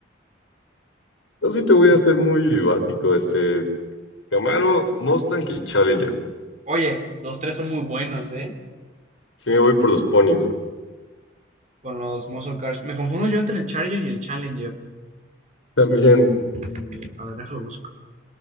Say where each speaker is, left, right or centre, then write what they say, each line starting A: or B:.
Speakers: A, on the left; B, on the right.
A: Yo sí te voy a hacer muy básico, este, Camaro, Mustang y Challenger.
B: Oye, los tres son muy buenos, ¿eh?
A: Sí me voy por los ponis, güey.
B: Con los muscle cars. Me confundo yo entre el Charger y el Challenger.
A: También.
B: Challenger. A ver, déjalo busco.